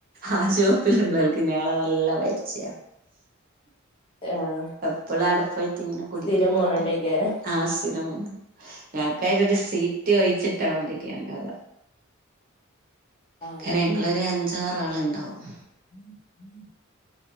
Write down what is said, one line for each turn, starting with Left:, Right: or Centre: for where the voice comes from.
Right: ആ ഷോപ്പില് ഉള്ള ആൾക്ക് ഞങ്ങളെ നല്ല പരിച്ചയാ.
Left: ആഹ്
Right: എപ്പോളും അട പോയിട്ട് ഇങ്ങനെ കുടിക്കുന്നുണ്ട്
Left: സ്ഥിരം പോണോണ്ടേക്കാരം
Right: ആസുര. ഞങ്ങൾക്ക് അതിന് ഒരു സീറ്റ് ഒഴിച്ചിട്ടാ മാതിരി ഉണ്ടാവ.
Left: ആഹ്
Right: കാര ഞങ്ങളൊരു അഞ്ചാറ് ആൾ ഉണ്ടാാവും.
Left: ഉം ഉം